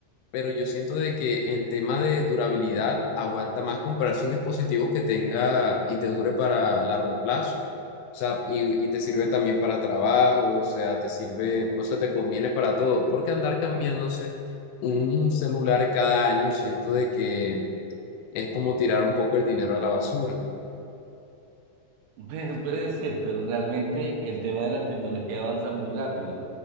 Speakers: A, on the left; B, on the right.
A: pero yo siento de que en tema de durabilidad aguanta más comprarse un dispositivo que tenga y te dure para largo plazo. O sea, y, y te sirve también para trabajo, o sea, te sirve, o sea, te conviene para todo, porque andar cambiándose un celular cada año, siento de que es como tirar un poco el dinero a la basura.
B: Bueno, puede ser, pero realmente el tema de la tecnología avanza muy rápido.